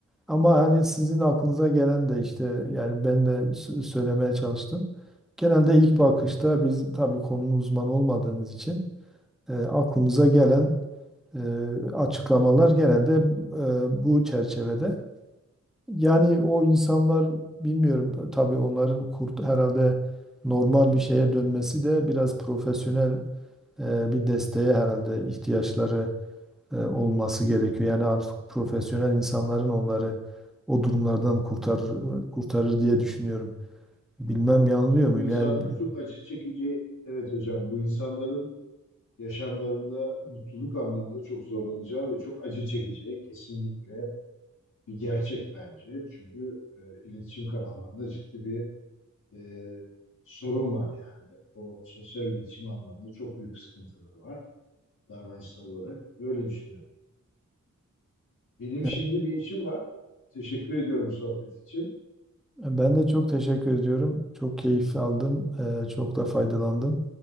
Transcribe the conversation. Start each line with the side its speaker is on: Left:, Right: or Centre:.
Centre: Ama hani sizin aklınıza gelen de işte yani ben de sö- söylemeye çalıştım. Genelde ilk bakışta biz tabii konunun uzmanı olmadığımız için e, aklımıza gelen e, açıklamalar genelde e, bu çerçevede. Yani o insanlar bilmiyorum tabii onların kurt herhalde normal bir şeye dönmesi de biraz profesyonel e, bir desteğe herhalde ihtiyaçları e, olması gerekiyor. Yani artık profesyonel insanların onları o durumlardan kurtarır, kurtarır diye düşünüyorum. Bilmem yanılıyor muyum?
Left: Bu insanların
Centre: Yani b-
Left: çok acı çekici, evet hocam, bu insanların yaşamlarında mutluluk anlamda çok zorlanacağı ve çok acı çekeceği kesinlikle bir gerçek bence. Çünkü e, iletişim kanallarında ciddi bir e, sorun var yani. O sosyal iletişim anlamda çok büyük sıkıntıları var davranışsal olarak. Böyle düşünüyorum. Benim
Centre: evet,
Left: şimdi bir işim var. Teşekkür ediyorum sohbet için.
Centre: ben de çok teşekkür ediyorum. Çok keyif aldım. e, Çok da faydalandım.